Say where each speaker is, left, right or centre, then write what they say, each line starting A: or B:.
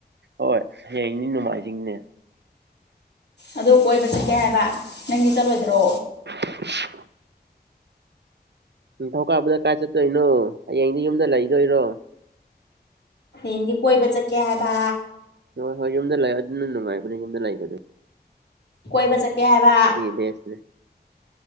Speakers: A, on the right; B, on the left.
A: ꯍꯣꯏ ꯍꯌꯦꯡꯅꯤ ꯅꯣꯡꯃꯥꯏꯖꯤꯡꯅꯦ꯫
B: ꯑꯗꯨ ꯀꯣꯏꯕ ꯆꯠꯀꯦ ꯍꯥꯏꯕ ꯅꯪꯗꯤ ꯆꯠꯂꯣꯏꯗ꯭ꯔꯣ
A: <inaudible> ꯅꯤꯡ ꯊꯧꯀꯥꯕꯨꯗ ꯀꯥꯏ ꯆꯠꯇꯣꯏꯅꯣ ꯍꯌꯦꯡꯗ ꯌꯨꯝꯗ ꯂꯩꯗꯣꯏꯔꯣ꯫
B: ꯍꯌꯦꯡꯒꯤ ꯀꯣꯏꯕ ꯆꯠꯀꯦ ꯍꯥꯏꯕ
A: ꯍꯣꯏ ꯍꯣꯏ ꯌꯨꯝꯗ ꯂꯩ ꯑꯗꯨꯅ ꯅꯨꯡꯉꯥꯏꯕꯅꯤ ꯌꯨꯝꯗ ꯂꯩꯕꯗꯨ
B: ꯀꯣꯏꯕ ꯆꯠꯀꯦ ꯍꯥꯏꯕ
A: ꯁꯦ